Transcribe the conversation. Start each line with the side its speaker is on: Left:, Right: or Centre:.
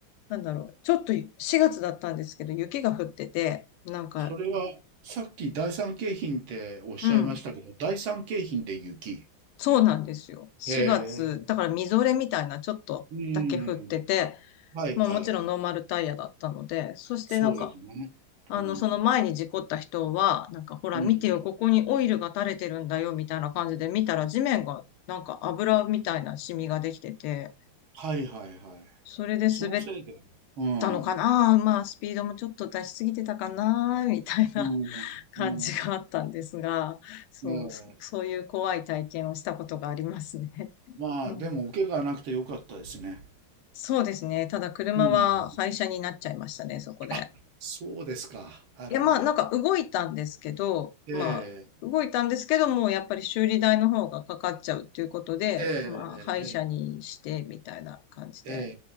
Left: なんだろう、ちょっと4月だったんですけど、雪が降ってて、なんか、
Right: それは、さっき第三京浜っておっしゃいましたけど、
Left: うん、
Right: 第三京浜で雪。
Left: そうなんですよ。4月、
Right: へえ。
Left: だからみぞれみたいなちょっとだけ降ってて、
Right: うん。はいはい。
Left: まあもちろんノーマルタイヤだったので、そしてなんか、
Right: そうですね。
Left: あの、
Right: うん。
Left: その前に事故った人は、なんかほら見てよ、
Right: うん。
Left: ここにオイルが垂れてるんだよ、みたいな感じで見たら地面がなんか油みたいなシミができてて、
Right: はいはいはい。
Left: それで滑っ
Right: そのせいで。うん。うん。
Left: たのかなまあスピードもちょっと出しすぎてたかなみたいな
Right: うん。
Left: 感じがあったんですが、
Right: うん。
Left: そう、
Right: ええ。
Left: そそういう怖い体験をしたことがありますね。
Right: まあ、
Left: うん、
Right: でも、お怪我はなくてよかったですね。
Left: そうですね。ただ車は廃車になっちゃいましたね、
Right: うん。
Left: そこで。
Right: あ、そうですか。あらまあ。
Left: いや、まあなんか動いたんですけど、
Right: え
Left: まあ動いたんですけども、
Right: え、
Left: うやっぱり修理代の方がかかっちゃうっていうことで、
Right: ええ、
Left: まあ廃車にしてみたいな感じで、
Right: ええ、